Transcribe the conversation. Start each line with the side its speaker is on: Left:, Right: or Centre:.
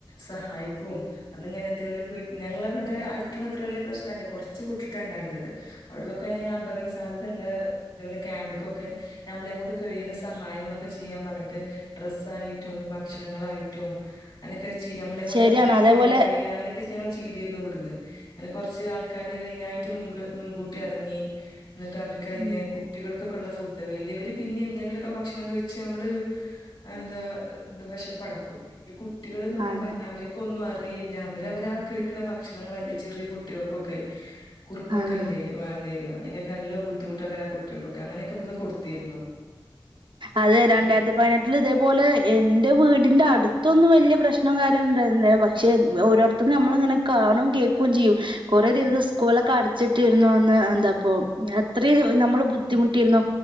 Left: സഹായിക്കും അന്ന് ഇങ്ങനെ അതുപോലെ വിട് ഞങ്ങളെ വിട് അ അടുത്തൂന്ന്ത്ര വലിയ പ്രശ്നല്ല കുറച്ച് വി ക്കണ്ടായിരുന്നത് അവിടൊക്കെന്നെ അപകട സാധ്യതയല്ല ഇതേപോലെ ക്യാമ്പക്കൊക്കെ നമ്മളെങ്ങോട്ട കഴിയുന്ന സഹായങ്ങളൊക്കെ ചെയ്യാൻ പറഞ്ഞിട്ട് ഡ്രെസ്സായിട്ടും ഭക്ഷണങ്ങളായിട്ടും എന്നിട്ട് ചെയ്യാം ഞമ്മളെകൊണ്ട്
Right: ശരിയാണ്
Left: എന്താ കഴിയ
Right: അതേപോലെ
Left: കഴിയാലെങ് ഞങ്ങൾ ചെയ്തിരുന്നു ഇവിടുന്ന് അങ്ങനെ കുറച്ച് ആൾക്കാര് അയിനായ് റ്റ് മുൻകു മുൻകൂട്ടി എറങ്ങി എന്നിട്ട് അവർക്ക് അയിനേ
Right: ഉം
Left: കുട്ടികൾക്ക് ക്കുള്ള ഫുഡ് വലിയവര് പിന്നെ എന്തെങ്കിലുമൊക്കെ ഭക്ഷണം കഴിച്ച് ഞമ്മള് എന്താ ഹ് വിശപ്പടക്കും കുട്ടികള്ന്നൊക്കെ
Right: അതെ
Left: പറഞ്ഞ അവർക്കൊന്നും അരി ഏ അല്ല അവര അവരാ കഴിക്കുന്ന ഭക്ഷണങ്ങളല്ലേ ചെറിയ കുട്ടികൾക്കൊക്കെ കുറുക്കൊക്കെ
Right: ആഹ്
Left: അല്ലേ വേണ്ടേര പിന്നെയൊക്കെ നല്ല ബുദ്ധിമുട്ടെക്കാരം കുട്ടികൾകൊക്കെ അങ്ങനൊക്കെ ഇവിട്ന്ന് കൊടുത്തിരുന്നു
Right: അതെ രണ്ടായിരത്തി
Left: ഉം
Right: പതിനെട്ടിൽ ഇതേപോലെ എന്റെ വീടിന്റെ അടുത്തൊന്ന് വലിയ പ്രശ്നംകാര്യ ഉണ്ടായിരുന്നില്ല പക്ഷേ ഓരോർ പ്പൊ നമ്മളിങ്ങനെ കാണും കെ ക്കും ചെയ്യും കുറേ ദിവസം സ്കൂളൊക്കെ അടച്ചിട്ടേരുന്നു അന്ന് എന്താപ്പൊ അത്രേം നമ്മള് ബുദ്ധിമുട്ടിരുന്നു